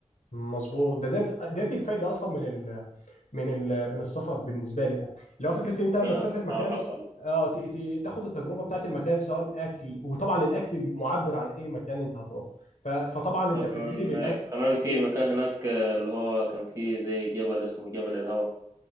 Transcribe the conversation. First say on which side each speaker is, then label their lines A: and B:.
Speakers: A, on the left; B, on the right.
A: مظبوط ده ده ده الفايده اصلا من ال من ال من السفر بالنسبه لي يعني اللي هو فكره ان انت لما
B: ده
A: تسافر مكان
B: آه حصل
A: اه ت- ت- تاخد التجربه بتاعت المكان سواء اكل وطبعا الاكل معبر عن اي مكان انت هتروح ف- فطبعا انت
B: آه، كمان
A: بتبتدي بالاكل
B: كمان في
A: وده
B: مكان هناك آه، اللي هو كان فيه زي جبل اسمه جبل الهوا